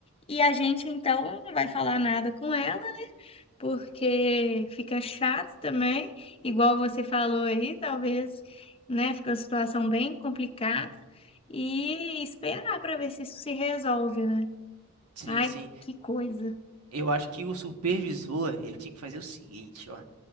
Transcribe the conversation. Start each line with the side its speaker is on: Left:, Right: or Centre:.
Left: e a gente então não vai falar nada com ela. porque fica chato também, igual você falou aí, talvez, né, fica uma situação bem complicada e esperar para ver se isso se resolve, né?
Right: Sim,
Left: Ai,
Right: sim.
Left: que coisa.
Right: Eu acho que o supervisor, ele tinha que fazer o seguinte, ó.